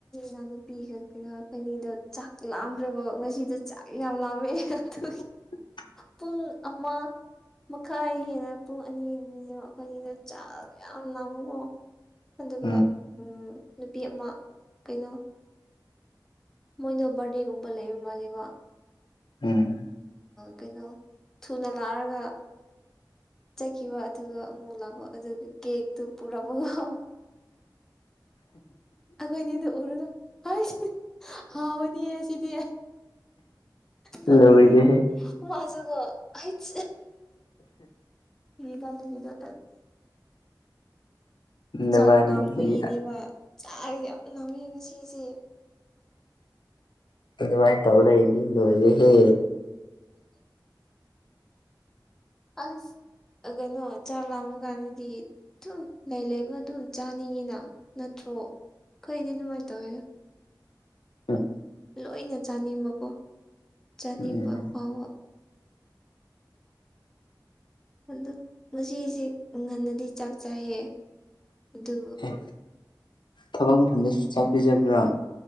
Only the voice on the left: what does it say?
ꯍ
ꯎꯝ
ꯎꯝ
ꯂꯣꯏꯔꯦꯍꯦ
ꯅꯕꯥꯅꯤꯁꯤꯗꯤ
ꯑꯗꯨꯃꯥꯏꯅ ꯇꯧ ꯂꯩ ꯑꯩꯗꯤ ꯂꯣꯏꯔꯦꯍꯦ
ꯎ
ꯎꯝ
ꯑꯦ ꯊꯕꯛ ꯃꯐꯝꯗꯁꯨ ꯆꯥꯛꯄꯤꯤꯖꯕ꯭ꯔꯥ